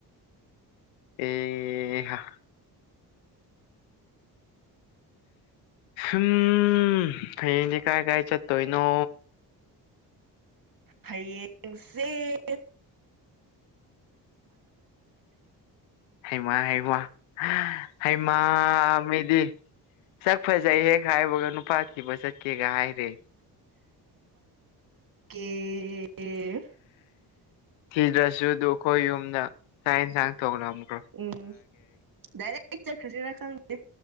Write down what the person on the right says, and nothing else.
ꯍꯌꯦꯡꯁꯦ
ꯦ
ꯎꯝ ꯗꯥꯏꯔꯦꯛ ꯆꯠꯈ꯭ꯔꯁꯤꯔꯥ ꯈꯪꯗꯦ